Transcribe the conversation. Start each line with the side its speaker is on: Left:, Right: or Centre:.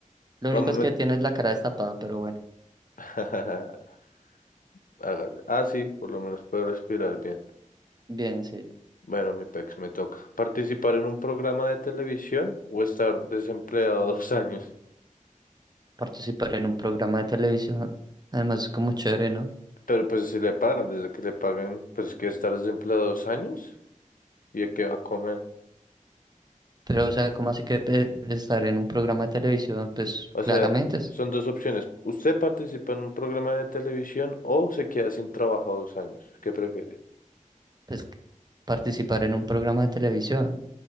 Right: lo único
Left: vamos
Right: es que tienes la cara destapada, pero bueno,
Left: a... <laughs> Hágale. Ah, sí, por lo menos puedo respirar bien.
Right: bien, sí.
Left: Bueno, mi pex, me toca. ¿Participar en un programa de televisión o estar desempleado <laughs> dos años?
Right: Participar en un programa de televisión, además es como chévere, ¿no?
Left: Pero pues si le pagan, desde que le paguen, pues que estar desempleado dos años. ¿Y a qué va a comer?
Right: Pero, o sea, como así que pe- estar en un programa de televisión? Pues
Left: O
Right: claramente.
Left: sea,
Right: es
Left: son dos opciones. Usted participa en un programa de televisión o se queda sin trabajo dos años. ¿Qué prefiere?
Right: pues, participar en un programa de televisión.